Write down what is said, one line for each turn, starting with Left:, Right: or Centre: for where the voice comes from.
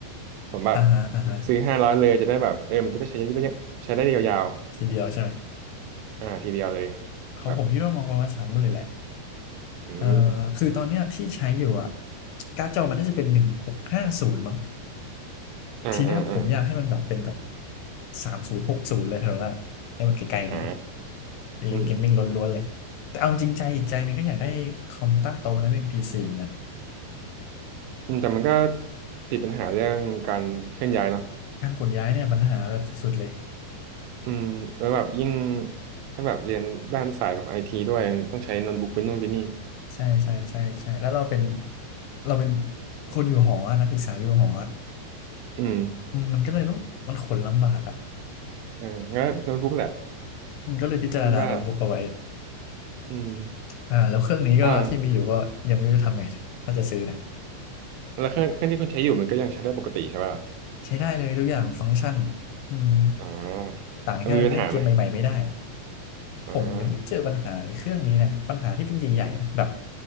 Right: ผมแบบ
Left: อ่าฮะอ่าฮะ
Right: ซื้อห้าร้อยเลยจะได้แบบเออมันจะได้ใช้ได้เยอะใช้ได้ยาว
Left: ทีเดียวใช่ไหม
Right: ๆอ่าทีเดียวเลย
Left: ของผมคิดว่ามองประมาณสามหมื่นแหละ
Right: แบบอืม
Left: เอ่อคือตอนเนี้ยที่ใช้อยู่อะการ์ดจอมันน่าจะเป็นหนึ่งหกห้าศูนย์มั้ง
Right: อ่าอ่าอ่า
Left: ทีเนี้ยผมอยากให้มันแบบเป็นแบบสามศูนย์หกศูนย์เลยเท่านั้นอะให้มันไกลๆหน่อย
Right: อ่า
Left: เล่นเกมมิ่งล้วนๆเลยแต่เอาจริงใจอีกใจหนึงก็อยากได้คอมตั้งโต๊ะนะเป็นพีซีเหมือนกัน
Right: อืมอืมแต่มันก็ติดปัญหาเรื่องการเคลื่อนย้ายเนาะ
Left: การขนย้ายเนี่ยปัญหาแบบสุดๆเลย
Right: อืมแล้วแบบยิ่งถ้าแบบเรียนด้านสายแบบไอทีด้วยต้องใช้โน้ตบุ๊กเป็นนู่นเป็นนี่
Left: ใช่ใช่ใช่ใช่แล้วเราเป็นเราเป็นคนอยู่หออะนักศึกษาอยู่หออะ
Right: อืม
Left: อืมมันก็เลยต้องมันขนลำบากอ่ะ
Right: เอองั้นโน้ตบุ๊กแหละ
Left: อืมก็เลยพิจารณาโน้ตบุ๊กเอาไว้
Right: คิดว่าอืม
Left: อ่าแล้วเครื่องนี้ก็ที่มีอยู่ก็ยังไม่รู้จะทำไงดีถ้าจะซื้อนะ
Right: อ่าแล้วเครื่องเครื่องที่คุณใช้อยู่มันก็ยังใช้ได้ปกติใช่ป่ะ
Left: ใช้ได้เลยทุกอย่างฟังก์ชันอืม
Right: อ๋อ
Left: ต่างแค่เล่นเกมใหม่ๆไม่ได้
Right: มันมีปัญหาไหมอ๋อ
Left: ผมยังไม่เจอปัญหาในเครื่องนี้นะปัญหาที่เป็นใหญ่ๆนะแบบ